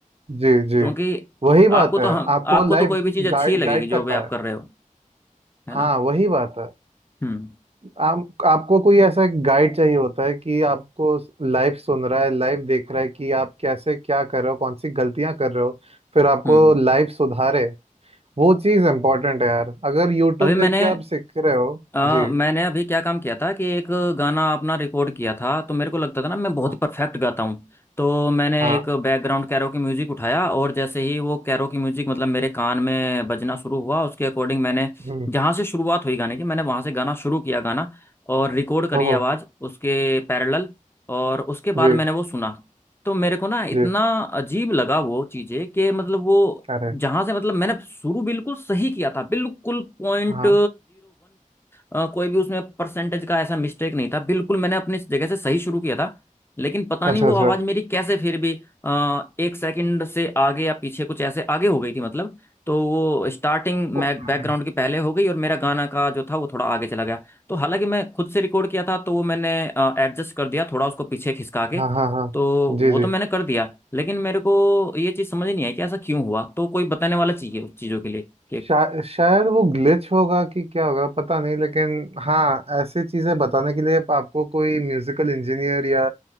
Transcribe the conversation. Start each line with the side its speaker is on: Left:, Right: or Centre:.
Right: जी जी
Left: क्योंकि
Right: वही बात
Left: आपको तो
Right: है
Left: हम
Right: आपको
Left: आपको
Right: लाइव
Left: तो कोई भी चीज अच्छी
Right: गाइड
Left: ही लगेगी
Right: गाइड
Left: जो
Right: कर
Left: भी आप
Right: पाए
Left: कर रहे हो है
Right: हाँ
Left: ना
Right: वही बात है
Left: हम्म
Right: आप आपको कोई ऐसा गाइड चाहिए होता है कि आपको लाइव सुन रहा है लाइव देख रहा है कि आप कैसे क्या कर रहे हो कौन सी गलतियां कर रहे हो फिर आपको
Left: हम्म
Right: लाइव सुधारे वो चीज़ इम्पोर्टेंट है यार अगर यूट्यूब
Left: अभी मैंने
Right: देख के आप सीख रहे हो
Left: अ,
Right: जी
Left: मैंने अभी क्या काम किया था कि एक गाना अपना रिकॉर्ड किया था तो मेरे को लगता था ना मैं बहुत
Right: हाँ
Left: ही परफेक्ट गाता हूँ तो मैंने
Right: हाँ
Left: एक बैकग्राउंड कैरोकी म्यूजिक उठाया और जैसे ही वो कैरोकी म्यूजिक मतलब मेरे कान में बजना शुरू हुआ उसके अकॉर्डिंग मैंने
Right: हम्म,
Left: जहाँ से शुरुआत हुई गाने की मैंने वहाँ से गाना शुरू किया गाना और रिकॉर्ड करी
Right: ओहो
Left: आवाज़ उसके पैरेलल और उसके बाद
Right: जी
Left: मैंने वो सुना तो मेरे को ना इतना
Right: जी
Left: अजीब लगा वो चीज़ें कि मतलब वो
Right: अरे
Left: जहां से मतलब मैंने शुरू बिल्कुल सही किया था बिल्कुल पॉइंट
Right: हाँ
Left: अ, कोई भी उसमें परसेंटेज का ऐसा मिस्टेक नहीं था बिल्कुल मैंने अपनी जगह से सही शुरू किया था लेकिन पता नहीं
Right: अच्छा
Left: वो आवाज़ मेरी कैसे फिर भी अ, एक सेकंड से आगे या पीछे कुछ ऐसे आगे हो गई थी मतलब तो वो स्टार्टिंग
Right: अच्छा
Left: मैं बैकग्राउंड की पहले हो गई और मेरा गाना का जो था वो थोड़ा आगे चला गया तो हालांकि मैं खुद से रिकॉर्ड किया था तो वो मैंने एडजस्ट कर दिया थोड़ा उसको पीछे खिसका के
Right: हाँ हाँ हाँ
Left: तो
Right: जी
Left: वो
Right: जी
Left: तो मैंने कर दिया लेकिन मेरे को ये चीज़ समझ नहीं आई कि ऐसा क्यों हुआ तो कोई बताने वाला चाहिए उस चीज़ों के लिए कि
Right: शा, शायद वो ग्लिच होगा कि क्या होगा पता नहीं लेकिन हाँ ऐसी चीज़ें बताने के लिए आपको कोई म्यूजिकल इंजीनियर या